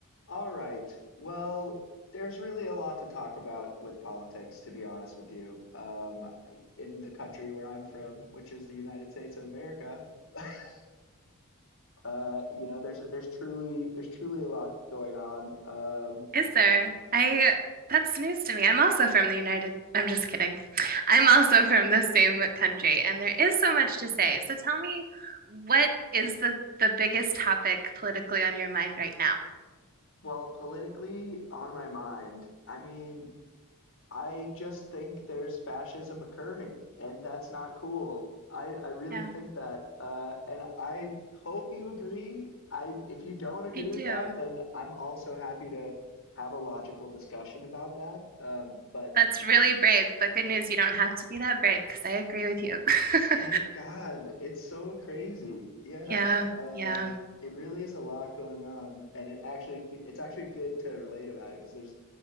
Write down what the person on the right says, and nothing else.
Is there? I that's news to me. I'm also from the United. I'm just kidding. I'm also from the same country, and there is so much to say. So tell me, what is the the biggest topic politically on your mind right now?
Yeah,
I do.
That's really brave, but good news, you don't have to be that brave because I agree with you. <laughs>
Yeah,
yeah.